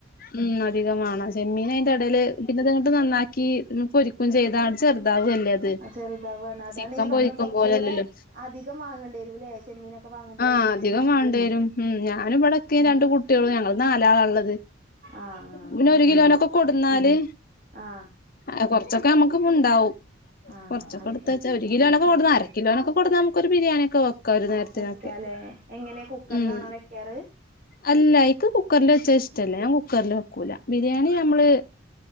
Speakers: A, on the left (about 50°); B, on the right (about 45°).
A: ഉം അധികം വാണം ചെമ്മീന് ടല് പിന്നെതങ്ങട്ട് നന്നാക്കി ക്കും ചെയ്ത ചെറുതാവല്ലേ അത്.
B: ചെറുതാവാണ് അതാണ്
A: ചിക്കൻ
B: ഞാൻ പറഞ്ഞത്
A: പൊരിക്കും
B: കൊറച്ചുകൂടെ
A: പോലല്ലല്ലോ
B: അധികം വാങ്ങേണ്ടി വരൂല്ലേ ചെമ്മീനൊക്കെ വാങ്ങുമ്പളേ
A: ആ അധികം വണ്ടിവരും ഉം ഞാൻ ഇവിട ഇക്കേംരണ്ട് കുട്ടികളും ഞങ്ങൾ നാലാളാള്ളത്,
B: ആഹ് ആഹ്
A: പിന്നെ
B: അത്
A: ഒരു
B: ശരി
A: കിലോനൊക്കെ കൊടുന്നാല്
B: ആഹ്
A: ആ കുറ ച്ചൊക്കെ നമുക്കുമുണ്ടാവും.
B: ആഹ്
A: കുറച്ചൊക്കെ
B: അത്
A: എടുത്തുവച്ചാ
B: ശരി
A: ഒരു കിലോനൊക്കെ കൊടുന്ന
B: ഉം
A: അര കിലോനൊക്കെ കൊടുന്ന നമുക്ക് ഒരു ബിരിയാണി ഒക്കെ വ ഒരു നേരത്തിനൊക്കെ,
B: വെക്കാലേ എങ്ങനെ കുക്കറിലാണോ
A: ഉം
B: വെക്കാറ്
A: അല്ലാ യിക്ക് കുക്കറില്വെച്ച ഇഷ് റ്റല്ല ഞാൻ കുക്കറിൽ വെക്കൂല. ബിരിയാണിനമ്മള്